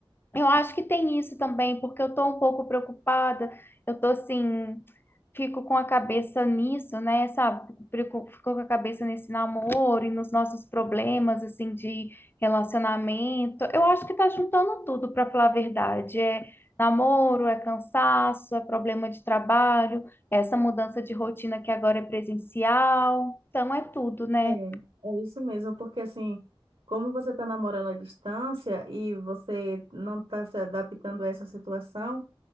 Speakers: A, on the left; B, on the right.
A: Eu acho que tem isso também, porque eu estou um pouco preocupada. Eu tô assim, fico com a cabeça nisso, né? Sabe? Fico, fico- fico com a cabeça nesse namoro e nos nossos problemas, assim, de relacionamento. Eu acho que tá juntando tudo, para falar a verdade. É namoro, é cansaço, é problema de trabalho, é essa mudança de rotina que agora é presencial. Então é tudo, né?
B: É, é isso mesmo, porque assim, como você está namorando à distância e você não está se adaptando a essa situação,